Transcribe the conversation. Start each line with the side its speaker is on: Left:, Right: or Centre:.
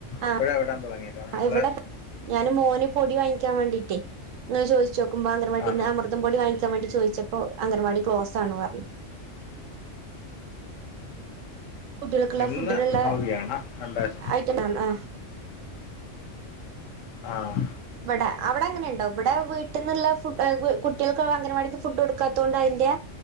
Right: ആഹ്
Left: ഇപ്പഴാ വിടാൻ തുടങ്ങിയെ കാരണം ഞങ്ങള്
Right: ഇവിടെ ഞാന് മോന് പൊടി വാങ്ങിക്കാൻ വേണ്ടീട്ടേ അങ്ങനെ ചോദിച്ചു നോക്കുമ്പോ അങ്കനവാടീന്ന്
Left: ആ
Right: അമൃ തം പൊടി വാങ്ങിക്കാൻ വേണ്ടി ചോദിച്ചപ്പോ അംഗനവാടി ക്ലോസ് ആന്ന് പറഞ്ഞ് കുട്ടികൾക്കുള്ള
Left: ഇന്ന്
Right: ഫുഡിലുള്ള
Left: അവധിയാണ് രണ്ടാഴ്ച
Right: ഐറ്റം ആണ്
Left: ആഹ്
Right: ഇവിടെ അവിടെ അങ്ങനെയുണ്ടോ ഇവിടെ വീ വീട്ടീന്നുള്ള ഫു കുട്ടികൾക്ക് അംഗനവാടിത്തെ ഫുഡ് കൊടുക്കാത്തോണ്ട് അതിന്റെ